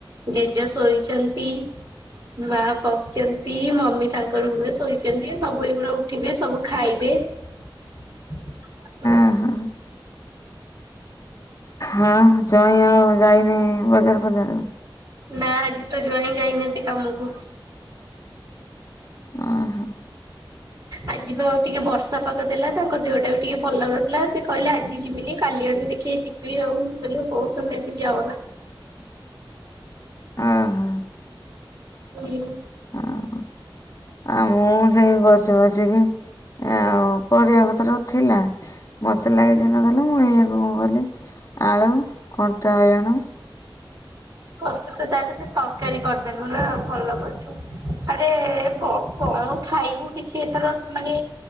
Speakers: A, on the right; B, on the left.
A: ଜେଜେ ଶୋଇଚନ୍ତି। ମା ବସିଚ ନ୍ତି ମମି ତାଙ୍କର ରୁମରେ ଶୋଇଚନ୍ତି। ସବୁ ଏଗୁଡା ଉଠିବେ ସବୁ ଖାଇବେ। ହୁଁ।
B: ଓହୋ ହଁ ଜଇଁ ଆଉ ଯାଇନି ବଜାର ଫଜାର
A: ନାଁ ଆଜି ତୋ ଜ୍ୱଇଁ ଯାଇନାହାନ୍ତି କାମକୁ।
B: ଅ ହଁ।
A: ଆଜିପା ଅ ଟିକେ ବର୍ଷା ପାଗ ଦେଲା ତାଙ୍କ ଦେହଟା ବି ଟିକେ ଭଲ ଲାଗୁ ନଥିଲା ସେ କହିଲେ ଆଜି ଯିବିନି କାଲି ଆଡକୁ ଦେଖିଆ ଯି ବି ଆଉ ମୁଁ କହିଲି ହୋଉ ତମେ ଆଜି ଯାଅନା।
B: ଓହୋ
A: ହୁଁ।
B: ହଁ ଆଉ ମୁଁ ସେଇ ବସି ବସିକି ଆଉ ପରିବାପତ୍ର ଥିଲା ମସଲା କିଛି ନଦେଲା, ମୁଁ ଏଇଆକୁ କଣ କଲି ଆଳୁ, କଣ୍ଟା ବଇଗଣ
A: ହ ତୁ ସେ ତାହେଲେ ସେ ତରକାରୀ କରିଦେଲୁ ନା ଭଲ କରୁଛୁ। ଆରେ ବ କଣ ଖାଇବୁ କିଛି ଏଥର ମାନେ